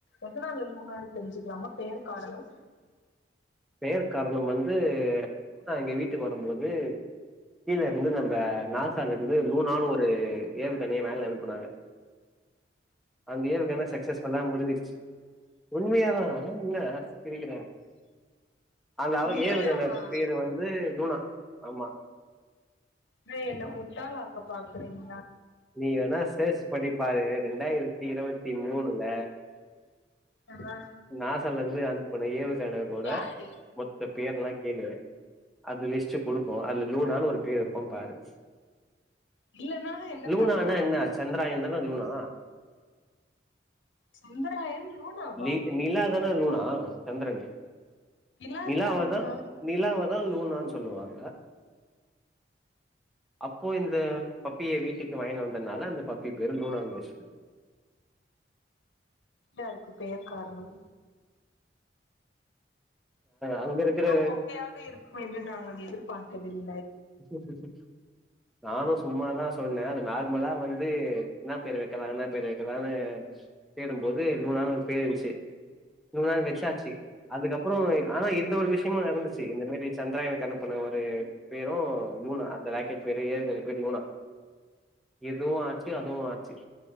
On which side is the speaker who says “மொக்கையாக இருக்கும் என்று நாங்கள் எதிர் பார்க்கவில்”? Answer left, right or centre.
Left